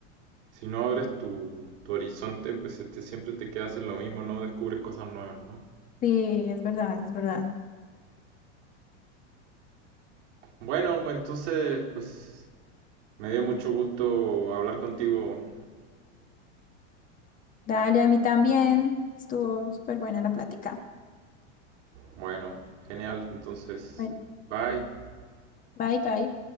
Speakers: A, on the right; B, on the left.
A: si no abres tu, tu horizonte, pues este, siempre te quedas en lo mismo, no descubres cosas nuevas, ¿no?
B: Sí, es verdad, es verdad.
A: Bueno, pues, entonces, pues me dio mucho gusto hablar contigo.
B: Dale, a mí también. Estuvo súper buena la plática.
A: Bueno, genial. Entonces,
B: Bueno,
A: bye.
B: bye, bye.